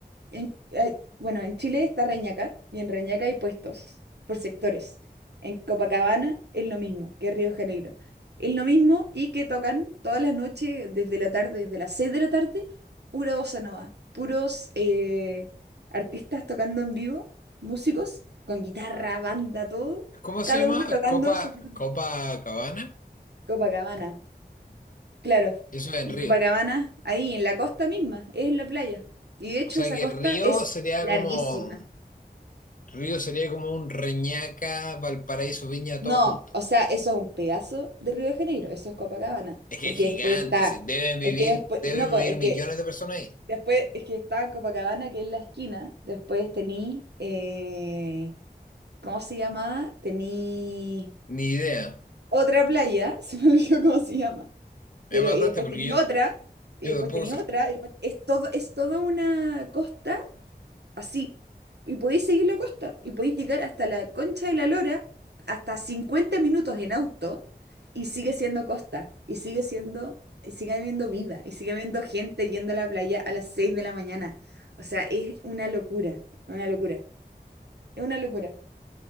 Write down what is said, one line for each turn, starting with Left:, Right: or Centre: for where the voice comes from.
Right: en- hay- bueno, en Chile está Reñaca y en Reñaca hay puestos por sectores. En Copacabana es lo mismo que Río de Janeiro. Es lo mismo y que tocan todas las noches desde la tarde, desde las 6 de la tarde, pura bossa nova, puros eh, artistas tocando en vivo, músicos con guitarra, banda, todo,
Left: ¿Cómo se
Right: cada
Left: llama?
Right: uno tocando
Left: Copa,
Right: su propio
Left: Copa Cabana.
Right: Copacabana. Claro,
Left: Y eso es en
Right: en
Left: Río.
Right: Copacabana, ahí en la costa misma, es en la playa. Y de hecho
Left: O sea
Right: esa
Left: que
Right: costa
Left: Río
Right: es
Left: sería
Right: larguísima.
Left: como. Río sería como un Reñaca, Valparaíso, Viña,
Right: No,
Left: todo junto.
Right: o sea, eso es un pedazo de Río de Janeiro, eso es Copacabana,
Left: Es que
Right: porque
Left: es gigante,
Right: después está,
Left: sí, deben vivir,
Right: es que después,
Left: deben
Right: no, po,
Left: vivir
Right: es
Left: millones
Right: que
Left: de personas ahí.
Right: después, es que está Copacabana, que es la esquina, después tení, eh, ¿cómo se llamaba? Tení
Left: Ni idea.
Right: otra playa, <laughs> se me olvidó cómo se llama,
Left: Me
Right: pero
Left: mataste
Right: y después
Left: porque
Right: tení
Left: yo,
Right: otra, y
Left: yo
Right: después
Left: tampoco
Right: tení
Left: sé.
Right: otra, y después es todo, es toda una costa así. Y podéis seguir la costa y podéis llegar hasta la Concha de la Lora, hasta 50 minutos en auto, y sigue siendo costa, y sigue siendo, y sigue habiendo vida, y sigue habiendo gente yendo a la playa a las 6 de la mañana. O sea, es una locura, una locura, es una locura.